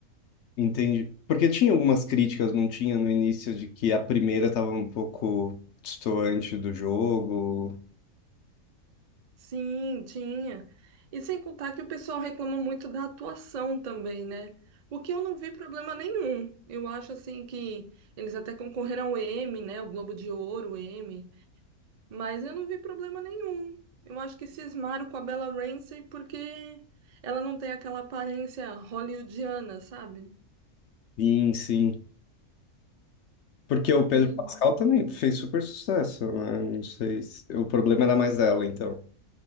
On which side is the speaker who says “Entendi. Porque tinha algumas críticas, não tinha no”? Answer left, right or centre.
Left